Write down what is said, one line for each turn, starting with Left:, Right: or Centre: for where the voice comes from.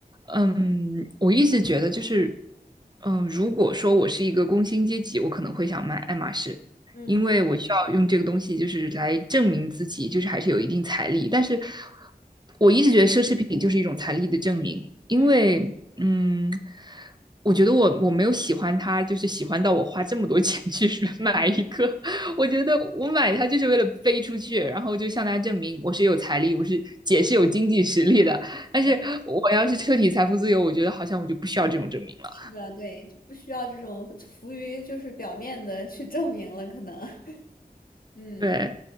Right: 嗯，我一直觉得就是，嗯，如果说我是一个工薪阶级，我可能会想买爱马仕，
Left: 嗯
Right: 因为我需要用这个东西就是来证明自己，就是还是有一定财力。但是我一直觉得奢侈品就是一种财力的证明，因为，
Left: 嗯，
Right: 嗯，我觉得我我没有喜欢它，就是喜欢到我花这么多钱去 <laughs> 买一个我觉得我买它就是为了飞出去，然后就向大家证明我是有财力，我是姐是有经济实力的。但是我要是彻底财富自由，
Left: 对，
Right: 我觉得好像我就不需要这种证明了。
Left: 是的，对，不需要这种浮于就是表面的去证明了，可能。<laughs> 嗯
Right: 对，